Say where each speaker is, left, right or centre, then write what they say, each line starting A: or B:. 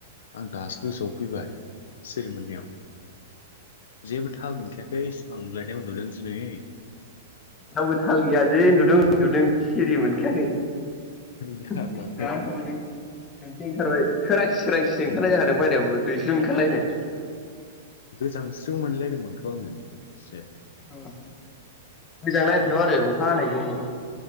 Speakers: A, on the left; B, on the left.
A: आं दासो गोसोआव फैबाय सिरि मोननायाव। जेबो थाल मोनखायाखै सिमां नुलायनाय उन्दुदों दिनै।
B: आंबो थाल गैया जै उन्दुदों उन्दुदों सिरि मोनखायाखै।
A: जारलासो
B: जा गोबावजों खानस्रि ओंखारबाय सोरांसि सोरांसिसो ओंखारनाय
A: उम
B: जाखादों बाहेरायावबो दैस्लुं ओंखारलायनाय।
A: गोजांस्रिउ मोनलाय लायदोंमोनथ आङो एसे।
B: ओ गोजांलायदोंथ' आरो अखा हानायजोंनो।